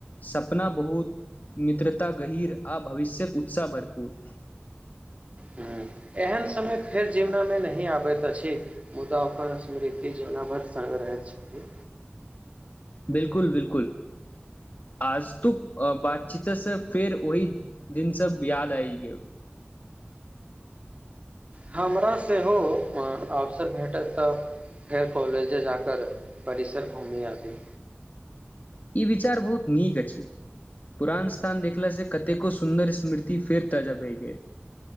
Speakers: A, on the left; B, on the right.
A: सपना बहुत मित्रता गहिर आ भविष्यक उत्साह भरपूर।
B: हूँ एहन समय फेर जीवनामे नहि आबैत अछि। मुदा ओकर स्मृति जवनाभर संग रहैत छथि।
A: बिलकुल बिलकुल आजतुक बातचीतसँ फेर ओहि दिनसँ याद आइब गेल।
B: हमरा सेहो अवसर भेटत तऽ फेर कॉलेजे जााक परिसर घूमी आबी।
A: ई विचार बहुत नीक अछि। पुरान स्थान देखलास से कतेको सुन्दर स्मृति फेर ताजा भए गेल।